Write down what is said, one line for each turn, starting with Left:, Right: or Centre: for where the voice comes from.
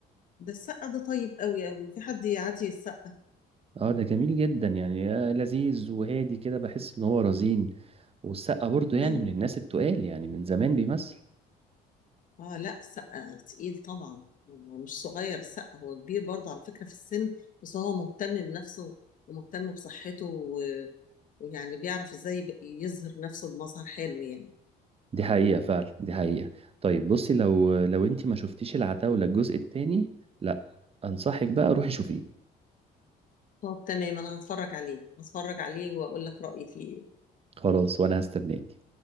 Left: ده السقا ده طيب قوي قوي في حد يعدي السقا
Right: اه ده جميل جدا يعني آه، لذيذ وهادي كده بحس ان هو رزين والسقا برضو يعني
Left: أيوة
Right: من الناس التقال يعني من زمان بيمثل
Left: اه لا سقا تقيل طبعا هو مش صغير سقا هو كبير برضه على فكرة في السن بس هو مهتم بنفسه ومهتم بصحته و... ويعني بيعرف ازاي يب- يظهر نفسه بمظهر حلو يعني
Right: دي حقيقة فعلا دي حقيقة طيب بصي لو لو انت ما شفتيش العتاولة الجزء التاني لا انصحك بقى روحي شوفيه
Left: طب تمام انا هتفرج عليه هتفرج عليه واقول لك رأيي فيه إيه.
Right: خلاص وانا هستناك